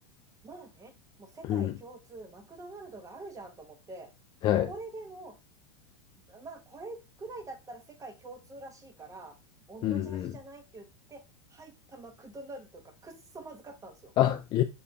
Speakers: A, on the right; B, on the left.
A: まあね、もう世界共通、
B: うん
A: マクドナルドがあるじゃんと思って、
B: はい。
A: ここででも、まあ、これぐらいだったら世界共通らしいから、同じ味じゃないって言って、
B: うんうん。
A: 入ったマクドナルドがくっそまずかったんですよ。
B: あ、え